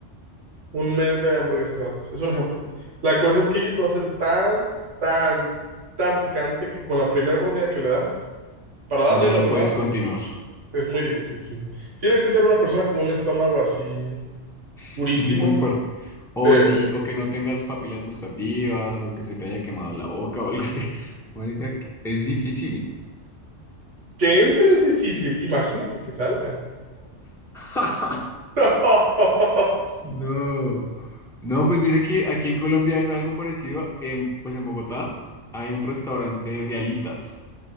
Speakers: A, on the right; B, in the centre.
A: un mes de hamburguesas gratis. Es un ejemplo. La cosa es que ellos lo hacen tan, tan, tan picante que con la primera mordida que le das, para darle
B: Ya
A: las
B: no
A: demás
B: puedes continuar.
A: es, es muy difícil, sí. Tienes que ser una persona con un estómago así durísimo.
B: <laughs> Muy fuerte. O
A: que
B: sí, o que no tengas papilas gustativas, o que se te haya quemado la boca o algo así. <laughs> Marica, es difícil.
A: que entre es difícil, imagínate que salga.
B: <laughs>
A: <laughs>
B: No. No, pues mira que aquí en Colombia hay algo parecido. En, pues en Bogotá hay un restaurante de alitas.